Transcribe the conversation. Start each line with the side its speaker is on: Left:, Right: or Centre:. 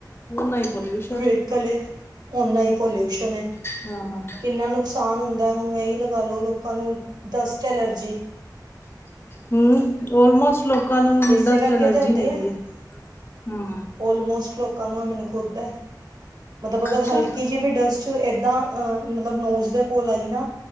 Left: ਹੁਣ ਨਾਈਟ <unintelligible>
Right: ਵਹੀਕਲ ਏ ਓਨਾ ਹੀ ਪੋਲਿਊਸ਼ਨ ਏ।
Left: ਹਾਂ।
Right: ਕਿੰਨਾ ਨੁਕਸਾਨ ਹੁੰਦਾ ਹੁਣ ਇਹੀ ਲਗਾ ਲੋ ਲੋਕਾਂ ਨੂੰ ਡਸਟ ਐਲਰਜੀ।
Left: ਹੂ ਓਲਮੋਸਟ ਲੋਕਾਂ ਨੂੰ
Right: ਇਸੇ
Left: ਡਸਟ
Right: ਕਰਕੇ
Left: ਐਲਰਜੀ
Right: ਤੇ ਹੁੰਦੀ
Left: ਹੈਗੀ ਏ ਹੂ।
Right: ਮੋਸਟ ਲੋ <unintelligible> ਮਤਲਬ ਅਗਰ
Left: ਅੱਛਾ।
Right: ਹਲਕੀ ਜਿਹੀ ਵੀ ਡਸਟ ਏਦਾਂ ਅ ਮਤਲਬ ਨੋਜ ਦੇ ਕੋਲ ਆਈ ਨਾ